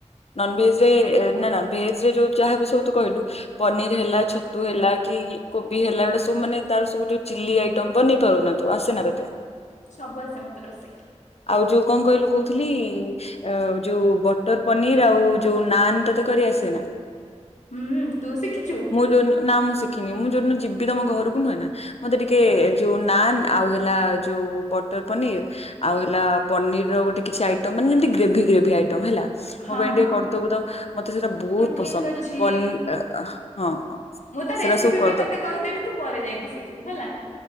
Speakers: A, on the left; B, on the left.
A: ନନଭେଜ ରେ ନା ନା ଭେଜ ରେ ଯୋଉ ଯାହା ବି ସବୁ ତୁ କହିଲୁ। ପନିର ହେଲା ଛତୁ ହେଲା କି କୋବି ହେଲା ଏସବୁ ମାନେ ତାର ସବୁ ଯୋଉ ଚିଲି ଆଇଟମ ବନେଇ ପାରୁନା? ତୁ ଆସେ ନା ତତେ।
B: ସବୁ ଆସେ ମତେ ରୋଷେଇ।
A: ଆଉ ଯୋଉ କଣ କହିଲୁ କହୁଥିଲି। ଆ ଯୋଉ ବଟର ପନିର ଆଉ ଯୋଉ ନାନ୍ ତତେ କରି ଆସେ ନା?
B: ହୁଁ ତୁ ଶିଖିଛୁ?
A: ମୁଁ ଯଉୁ ନା ମୁଁ ଶିଖିନି ମୁଁ ଯୋଉ ଦିନ ଯିବି ତମ ଘରକୁ ନୁହେଁ ନା ମତେ ଟିକେ ଯୋଉ ନାନ୍ ଆଉ ହେଲା ଯୋଉ ବଟର ପନିର ଆଉ ହେଲା ପନିରର ଗୋଟେ କିଛି ଆଇଟମ୍ ମାନେ ଯେମିତି ଗ୍ରେଭି ଗ୍ରେଭି ଆଇଟମ୍ ହେଲା। ମୋ
B: ହଁ
A: ପାଇଁ ଟିକେ
B: ହଁ।
A: କରିଦେବୁ ତ ମତେ ସେଟା ବହୁତ
B: ହଁ ଠିକ
A: ପସନ୍ଦ
B: ଅଛି
A: ହଁ ହଁ।
B: ମୁଁ ତା
A: ସେଟା
B: ରେସିପି
A: ସବୁ କରିଦବ
B: ବି ତତେ କହିଦେବି ତୁ ପରେ ଯାଇକି ଶିଖିବୁ ହେଲା।